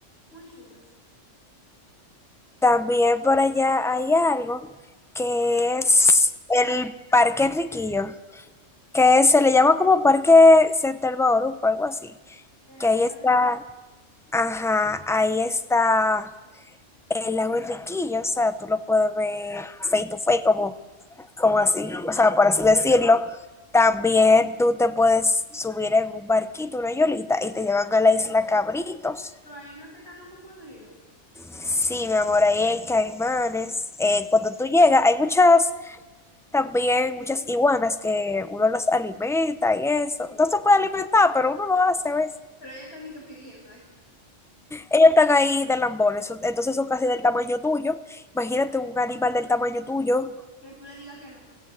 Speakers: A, on the left; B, in the centre.
A: muy chulas,
B: También por allá hay algo que es el Parque Enriquillo, que se le llama como Parque Central Bauruco, algo así.
A: de la
B: Que
A: Sierra
B: ahí está,
A: del Bauruco.
B: ajá, ahí está el lago Enriquillo, o sea, tú lo puedes ver face to face, como, como así, o sea, por así decirlo. También tú te puedes subir en un barquito, una yolita, y te llevan a la isla Cabritos.
A: Pero ahí no es que están los cocodrilos,
B: Sí, mi amor, ahí hay caimanes. Eh, cuando tú llegas, hay muchas, también muchas iguanas que uno los alimenta y eso. No se puede alimentar, pero uno lo hace, ¿ves?
A: pero ya están di que pidiendo ahí,
B: Ellos están ahí de lambones, son- entonces son casi del tamaño tuyo. Imagínate un animal del tamaño tuyo,
A: que tú le digas que no.